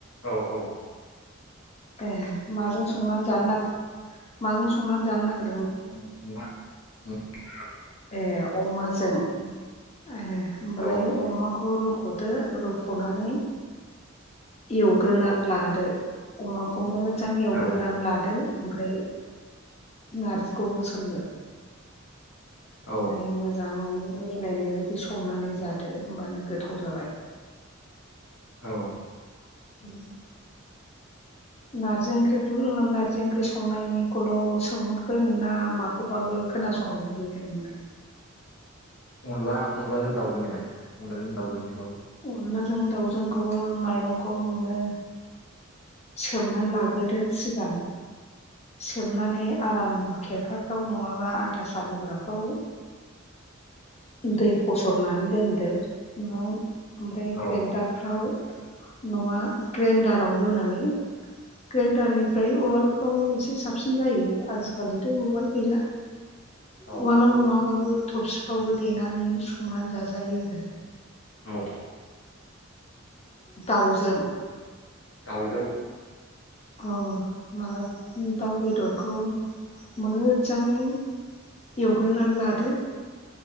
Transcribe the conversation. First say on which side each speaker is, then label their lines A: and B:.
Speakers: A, on the left; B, on the left.
A: औ औ ।
B: ए माजों संनानै जानो नाग माजों संनानै जानो नागिर
A: <unintelligible>
B: ए अमाजों ए होमबालाय
A: औ
B: अमाखौ रुग'द दो रुख'नानै एवग्रोनानै
A: औ
B: लादो अमाखौ मोज मोजां एवग्रोनानै
A: औ
B: लादो । ओमफ्राय नारजिखौ होसनदो
A: औ
B: ओमफ्राय मोजांङै मिलायनाय बायदि संनानै जादो होमबानो गोथाव जाबाय ।
A: औ ।
B: उम। नारजि ओंख्रिखौ नारजि ओंख्रि संनायनिखौल' सोंहरगोन ना माखौबाबो खोनासंनो लुबैखो नोंलाय?
A: अनला अनलाजों दाउजोंलाय अनलाजों दाउजों बेखौ?
B: अनलाजों दाउजोंखौबो माइरंखौ नोङो सोमनानै लाग्रोदो सिगां सोमनानै आराम खेरखाफ्राव नङाबा आथा सालिग्राफ्राव दै फसरनानै दोनदो ना ओमफ्राय
A: औ
B: ग्रेन्दारफ्राव नङा ग्रेन्डाराव होनानै ग्रेडारनिफ्राय उवालफ्राव साबसिन जायो आजिखालिथ' उवाल गैला
A: औ
B: उवालाव नङाबाबबो थब फावबो देनानै संनानै जाजायो आरो
A: औ
B: दाउजों
A: दावजों
B: अ मा दाउ बेदरखौ मोजाङै एवग्रोनानै लादो